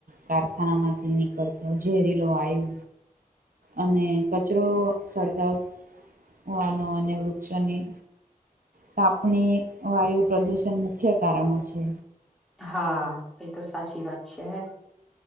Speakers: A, on the right; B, in the centre.
A: કારખાના માંથી નીકળતો જેરીલો વાયુ. અને કચરો સળગાવ વનો અને વૃક્ષોની કાપણી વાયુ પ્રદૂષણ મુખ્ય કારણો છે.
B: હા એ તો સાચી વાત છે હે.